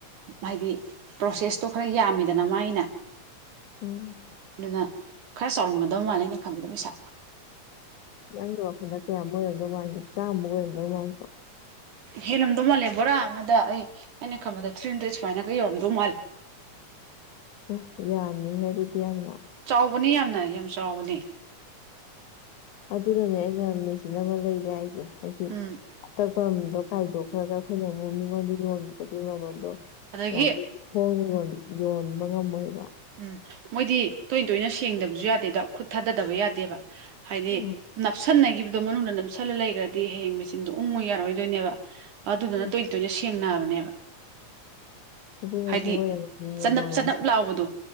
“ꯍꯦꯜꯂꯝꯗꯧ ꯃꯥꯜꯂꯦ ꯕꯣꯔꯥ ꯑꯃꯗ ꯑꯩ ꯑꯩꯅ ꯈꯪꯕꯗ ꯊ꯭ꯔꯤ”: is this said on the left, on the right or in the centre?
Right